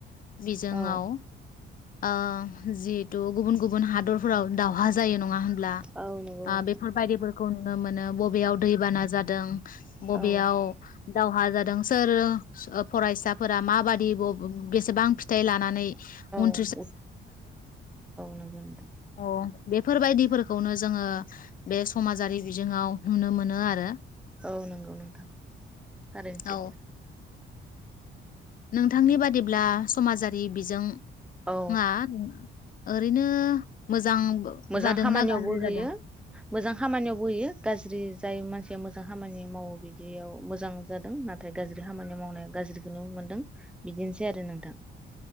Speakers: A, on the left; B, in the centre.
A: बिजों
B: औ
A: आव ओ जिहेथु गुबुन गुबुन हादरफोराव दावहा जायो नङ नङा होनब्ला
B: औ नंगौ
A: आ
B: नोंथां
A: बेफोर बादिबो खौ नुनो मोनो बबेयाव दैबाना जादों? बबेयाव?
B: औ
A: दावहा जादों सोर ओ फरायसाफोरा माबादि ब-बेसेबां फिथाइ लानानै नै उन
B: <unintelligible> औ नंगौ नोंथां।
A: अ बेफोरबायदिफोरखौनो जोङो बे समाजारि बिजोङाव नुनो मोनो आरो।
B: औ नंगौ नोंथां थारैनो सैथो
A: औ नोंथांनि बादिब्ला समाजारि बिजों
B: औ
A: आ ओरैनो मोजां
B: मोजां
A: जादोंना
B: खामानियाव
A: गाज्रि
B: बो होयो
A: जादों
B: मोजां खामानियाव बोहैयो गाज्रि जाय मानसिया मोजां खामानि मावो बिदियाव मोजां जादों नाथाय गाज्रि खामानि मावनाया गाज्रिखौ मोनदों। बिदिनोसै आरो नोंथां